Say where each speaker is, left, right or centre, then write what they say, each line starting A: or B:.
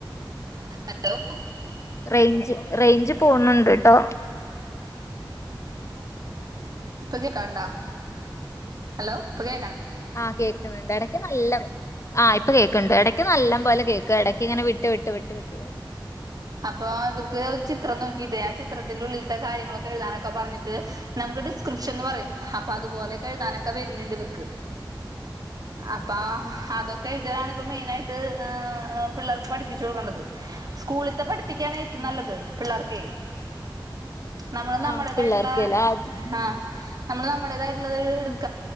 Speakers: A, on the right; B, on the left.
A: ഹലോ
B: റേഞ്ച് റേഞ്ച് പോണണ്ട് ട്ടോ
A: ഇപ്പ കേക്കാണ്ടോ ഹലോ ഇപ്പ കെ
B: ആ കേക്ക്ന്ന്ണ്ട് എടക്ക് നല്ല ആ ഇപ്പ കേക്ക്ണ്ട് എടക്ക് നല്ലം പോലെ കേക്ക് എടയ്ക്ക് ഇങ്ങനെ വിട്ട് വിട്ട് വിട്ട് വിട്ട് കേക്കും.
A: അപ്പൊ ഇവ്ർക്ക് ഒരു ചിത്രം നോക്കിയിട്ടേ ആ ചിത്രത്തിന്റെ ഉള്ളിൽത്തെ കാര്യങ്ങളൊക്കെ എഴുതാനൊക്കെ പർഞ്ഞിട്ട് നമുക്ക് ഡിസ്ക്രിപ്ഷൻന്ന് പറയും അപ്പ
B: ഉം
A: അതുപോലെക്കെ എഴുതാനൊ ക്ക വര്ന്ന്ണ്ട് വക്ക് അപ്പാ
B: ഉം
A: അതൊക്കെ എഴുതലാണ് പ്പം മെയ്നായ്ട്ട് എ പിള്ളേർക്ക് പട്പ്പ്ച്ച് കൊടുക്കേണ്ടത് സ്കൂളിൽ ത്ത പട് <unintelligible> ഏറ്റവും
B: ഉം
A: നല്ലത് പിള്ളേർക്ക് നമ്മള് നമ്മള്ളതായിട്ട്ള്ള
B: ആഹ് പിള്ളേർക്ക്ല്ലേ അത്
A: ആ ഉം ഉം
B: ഉം